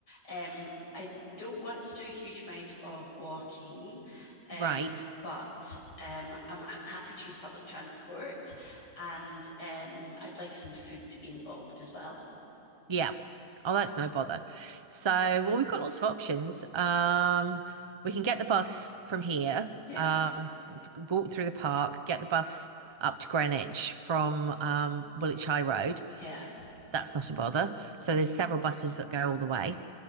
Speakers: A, on the left; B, on the right.
A: Um, I don't want to do a huge amount of walking, um,
B: Right.
A: but um, I'm happy to use public transport and um, I'd like some food to be involved as well.
B: Yeah. Oh, that's no bother. So, well, we've got lots of options. Um, we can get the bus from here,
A: Yeah,
B: um, walk through the park, get the bus up to Greenwich from um, Woolwich High Road.
A: yeah.
B: That's not a bother. So there's several buses that go all the way.